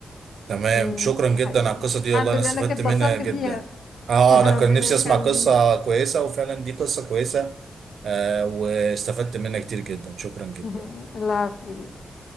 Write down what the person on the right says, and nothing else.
تمام
شكرا جدا
على القصة
دي والله انا
استفدت
منها جدا
اه
انا
كان نفسي
اسمع قصة كويسة وفعلا دي قصة كويسة آه واستفدت منها كتير جدا شكرا جدا